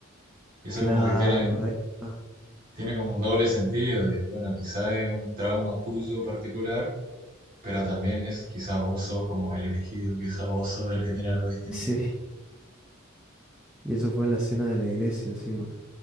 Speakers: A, on the right; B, in the centre.
A: Y Eso
B: Claro,
A: como que tiene,
B: ahí está.
A: tiene como un doble sentido de, bueno, quizás es un trauma tuyo particular, pero también es, quizás vos sos como el elegido, quizás vos sos el que tiene algo distinto.
B: <laughs> Sí, y eso fue en la cena de la iglesia encima,